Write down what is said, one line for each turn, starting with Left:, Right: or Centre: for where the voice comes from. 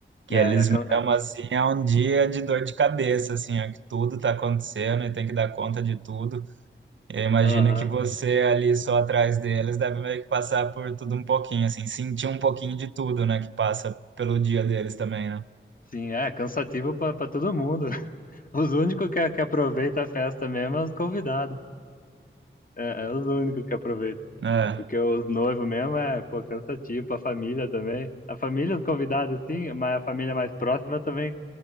Right: Que
Left: É,
Right: eles
Left: é, can-
Right: mesmo,
Left: é,
Right: assim, é um dia de dor de cabeça, assim, é que tudo tá acontecendo e tem que dar conta de tudo. Eu imagino
Left: aham.
Right: que você ali só atrás deles deve meio que passar por tudo um pouquinho, assim, sentir um pouquinho de tudo, né, que passa pelo dia deles também, né?
Left: Sim, é cansativo pra pra todo mundo. <laughs> Os únicos que, que aproveitam a festa mesmo é os convidados. É, é os únicos que aproveitam.
Right: É,
Left: Porque os noivos mesmo é, pô, cansativo pra família também. A família, os convidados, sim, mas a família mais próxima também